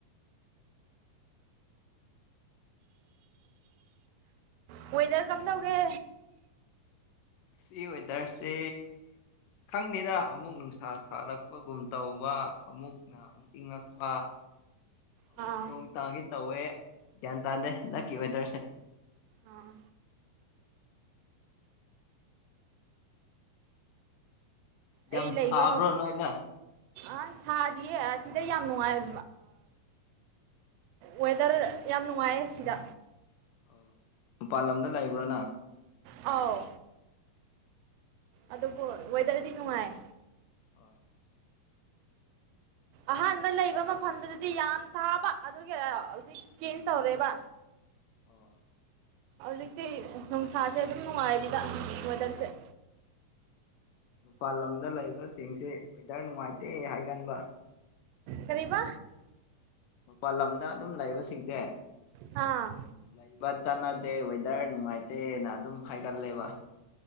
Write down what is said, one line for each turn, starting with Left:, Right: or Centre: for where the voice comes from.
Right: ꯑꯣꯏꯋꯦꯗꯔ ꯀꯝꯗꯧꯒꯦ
Left: ꯁꯤ ꯋꯦꯗꯔꯁꯦ ꯈꯪꯗꯦꯗ ꯑꯃꯨꯛ ꯅꯨꯡꯁꯥ ꯁꯥꯠꯂꯛꯄꯒꯨꯝ ꯇꯧꯕ ꯑꯃꯨꯛꯅ ꯑꯃꯨꯛ ꯏꯪꯉꯛꯄ ꯑꯃꯨꯛ
Right: ꯑꯥ
Left: ꯅꯣꯡ ꯇꯥꯒꯤ ꯇꯧꯋꯦ ꯒ꯭ꯌꯥꯟ ꯇꯥꯗꯦ ꯅꯀꯤ ꯋꯦꯗꯔꯁꯦ
Right: ꯑꯥ
Left: ꯌꯥꯝ
Right: ꯑꯩ ꯂꯩꯕ
Left: ꯁꯥꯕ꯭ꯔꯣ ꯅꯣꯏꯅꯦ
Right: ꯑ ꯁꯥꯗꯤꯌꯦ ꯑꯁꯤꯗ ꯌꯥꯝ ꯅꯨꯡꯉꯥꯏ ꯋꯦꯗꯔ ꯌꯥꯝ ꯅꯨꯡꯉꯥꯏꯌꯦ ꯑꯁꯤꯗ
Left: ꯑꯣ ꯃꯄꯥꯟ ꯂꯝꯗ ꯂꯩꯕ꯭ꯔꯥꯅ
Right: ꯑꯥꯎ ꯑꯗꯨꯕꯨ ꯋꯦꯗꯔꯗꯤ ꯅꯨꯡꯉꯥꯏ
Left: ꯍꯣꯏ
Right: ꯑꯍꯥꯟꯕ ꯂꯩꯕ ꯃꯐꯝꯗꯨꯗꯗꯤ ꯌꯥꯝ ꯁꯥꯕ ꯑꯗꯨꯒꯤ ꯑꯗꯨ ꯆꯦꯟꯖ ꯇꯧꯔꯦꯕ
Left: ꯑꯣ
Right: ꯍꯧꯖꯤꯛꯇꯤ ꯅꯨꯡꯁꯥꯁꯦ ꯑꯗꯨꯝ ꯅꯨꯡꯉꯥꯏꯔꯤꯗ ꯃꯣꯗꯦꯜꯁꯦ
Left: ꯃꯄꯥꯥꯟ ꯂꯝꯗ ꯂꯩꯕꯁꯤꯡꯁꯦ ꯗ ꯅꯨꯡꯉꯥꯏꯇꯦ ꯍꯥꯏꯒꯟꯕ
Right: ꯀꯔꯤꯕ
Left: ꯃꯄꯥꯜ ꯂꯝꯗ ꯑꯗꯨꯝ ꯂꯩꯕꯁꯤꯡꯁꯦ
Right: ꯑꯥ
Left: ꯎꯝ ꯂꯩꯕ ꯆꯥꯟꯅꯗꯦ ꯋꯦꯗꯔ ꯅꯨꯡꯉꯥꯏꯇꯦꯅ ꯑꯗꯨꯝ꯫ ꯍꯥꯏꯒꯜꯂꯦꯕ꯫